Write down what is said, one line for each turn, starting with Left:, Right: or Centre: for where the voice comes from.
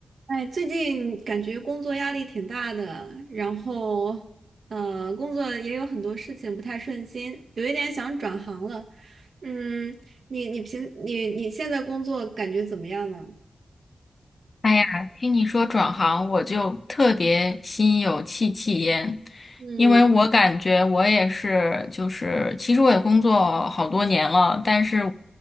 Right: 哎，最近感觉工作压力挺大的，然后，呃，工作也有很多事情不太顺心，有一点想转行了。嗯，你你平你你现在工作感觉怎么样呢？
Left: 哎呀，听你说转行，我就特别心有戚戚焉，
Right: 嗯，
Left: 因为我感觉我也是，就是其实我也工作好多年了，但是